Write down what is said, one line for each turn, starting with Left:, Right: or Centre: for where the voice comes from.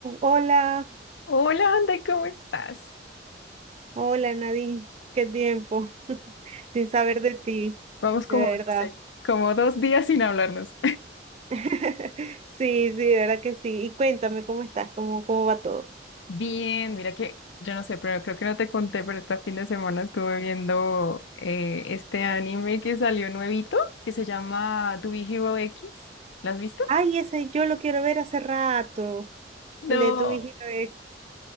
Right: Hola,
Left: Hola, Andy, ¿cómo estás?
Right: hola Nadine, qué tiempo <laughs> sin saber de ti,
Left: Vamos como,
Right: de verdad.
Left: no sé, como dos días sin hablarnos.
Right: <laughs> Sí, sí, de verdad que sí. Y cuéntame cómo estás, cómo, cómo va todo.
Left: <laughs> Bien, mira que, yo no sé, pero creo que no te conté, pero este fin de semana estuve viendo eh, este anime que salió nuevito, que se llama To Be Hero X. ¿Lo has visto?
Right: Ay, ese yo lo quiero ver hace rato,
Left: No.
Right: el de tu vigilo ex.